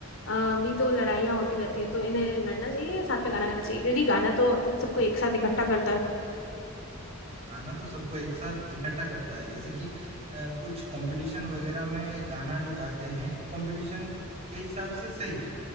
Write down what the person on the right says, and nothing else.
गाना तो सबको एक साथ इकट्ठा करता है जैसे कि अ, कुछ कंपटीशन वगैरह में गाना जो गाते हैं कंपटीशन के हिसाब से सही है